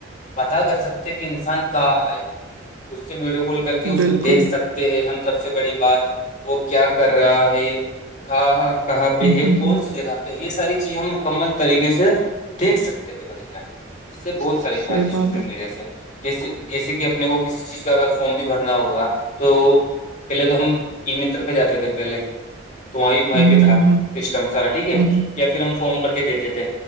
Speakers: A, on the left; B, on the right.
A: پتا کر سکتے کہ انسان کہاں ہے اس سے ویڈیو کال کر کر کے اس کو
B: بالکل
A: دیکھ سکتے ہیں ہم سب سے بڑی بات وہ کیا کر رہا ہے کہاںاں کہاں
B: ہ
A: پہ ہے
B: ہ
A: کون
B: ہ
A: سی جگہ یہ ساری چیزیں ہم مکمل طریقے سے دیکھ سکتے ہیں بھائی جان اس سے بہت سارے
B: صحیح
A: فائدے سوشل
B: بات ہے
A: میڈیا سے جیسے جیسے کہ اپنے کو کسی چیز کا اگر فارم بھی بھرنا ہوگا تو پہلے تو ہم ای متر پہ جاتے تھے پہلے تو وہیں وہیں
B: ہ ہ
A: پہ تھا
B: ہ
A: سسٹم سارا ٹھیک ہے
B: ہ ہ
A: یا پھر ہم فم بھر کے دیتے تھے